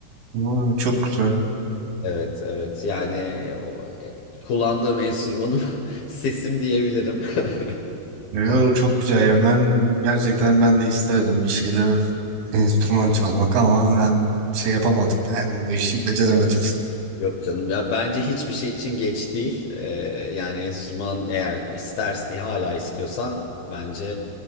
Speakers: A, on the right; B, on the left.
A: aa, çok güzel.
B: Evet evet yani e, o- e, kullandığım enstrümanım <laughs> sesim diyebilirim. <laughs>
A: Ya çok güzel ya ben gerçekten ben de isterdim bir şeyler enstrüman çalmak ama ben şey yapamadım yani bu işi beceremedim.
B: Yok canım ya bence hiçbir şey için geç değil. Ee, yani enstrüman eğer istersen hala istiyorsan bence